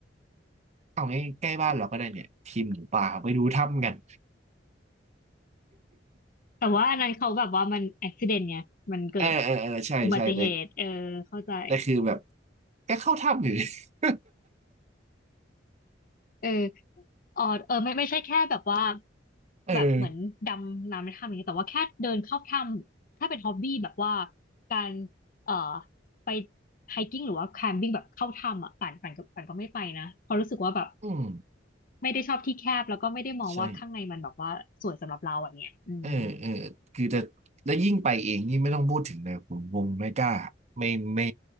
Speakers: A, on the right; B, on the left.
A: เอาง่ายใกล้บ้านเราก็ได้เนี่ยทีมหมูป่าไปดูถ้ำกัน
B: แต่ว่าอันนั้นเขาแบบว่ามันอุบัติเหตุไงมันเกิด
A: เออเออเออใช่ใช่แต่
B: อุบัติเหตุเออเข้าใจ
A: แต่คือแบบก็เข้าถ้ำอยู่ <laughs>
B: เออ อ๋อเออไม่ไม่ใช่แค่แบบว่า
A: เออ
B: แบบเหมือนดำน้ำในถ้ำอย่างนี้ยแต่ว่าแค่เดินเข้าถ้ำถ้าเป็นฮอบบี้แบบว่าการเอ่อไปไฮกิ้งหรือว่าแคมปิ้งแบบเข้าถ้ำอ่ะป่านป่านก็ป่านก็ไม่ไปนะเพราะรู้สึกว่าแบบ
A: อืม
B: ไม่ได้ชอบที่แคบแล้วก็ไม่ได้มองว่าข้างในมันแบบว่าสวยสำหรับเราอ่ะเนี่ยอืม
A: ใช่เออเออคือแต่แล้วยิ่งไปเองนี่ไม่ต้องพูดถึงเลยผมคงไม่กล้าไม่ไม่